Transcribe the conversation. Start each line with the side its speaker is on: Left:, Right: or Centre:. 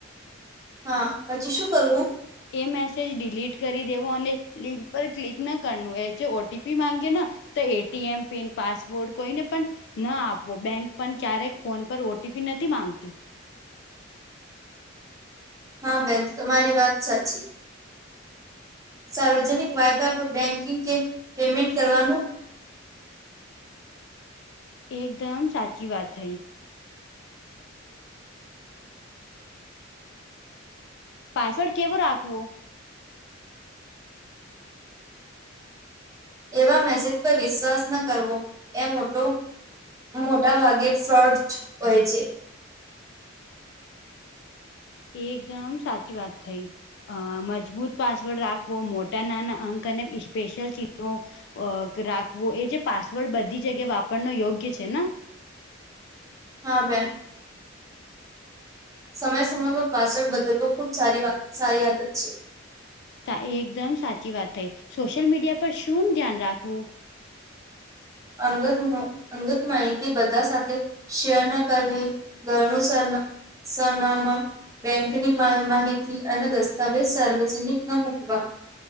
Right: હા પછી શું કરવું.
Left: એ મેસેજ ડિલીટ કરી દેવો અને લિંક પર ક્લિક ના કરનું એ જે ઓટીપી માંગે ન તો એટીએમ પિન પાસવર્ડ કોઈને પણ ના આપવો બેંક પન ક્યારેક ફોન પર ઓટીપી નથી માંગતી.
Right: હા બેન તમારી વાત સાચી. સાર્વજનિક વાયફાઈ પર બેન્કિંગ કે પેમેન્ટ કરવાનું.
Left: એકદમ સાચી વાત થઈ. પાસવર્ડ કેવો રાખવો.
Right: એવા મેસેજ પર વિશ્વાસ ન કરવો એ મોટો મોટા ભાગે ફ્રોડચ હોય છે.
Left: એકદમ સાચી વાત થઈ. અ મજબૂત પાસવર્ડ રાખવો મોટા નાના અંક અને ઈ સ્પેશિયલ ચીન્હો અક રાખવું એ જે પાસવર્ડ બધી જગ્યાએ વાપરનો યોગ્ય છે ન.
Right: હા બેન. સમય સમયમાં પાસવર્ડ બદલવો ખુબ સારી વાત સારી આદત છે.
Left: થા એકદમ સાચી વાત થઈ સોશિયલ મીડિયા પર શું ધ્યાન રાખવું.
Right: અંગત મા અંગત માહિતી બધા સાથે શેર ના કરવી. ઘરનું સરના સરનામા બેંકની મા માહિતી અને દસ્તાવેજ સાર્વજનિક ન મુૂકવા.